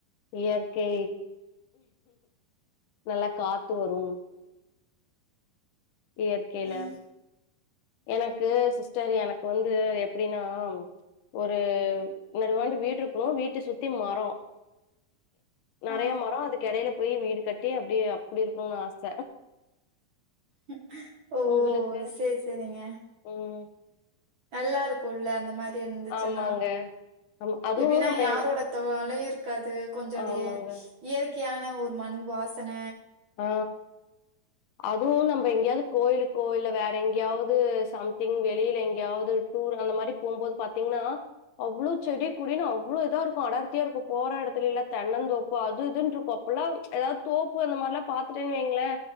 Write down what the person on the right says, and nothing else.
ம்
ஆ
<inaudible> ஓ
சேரி சேரிங்க
நல்லா இருக்குல்ல அந்த மாரி இருந்துச்சின்னா
எப்டின்னா
யாரோட தொல்லையு இருக்காது கொஞ்ச அதயே
இயற்கையான ஒரு மண் வாசன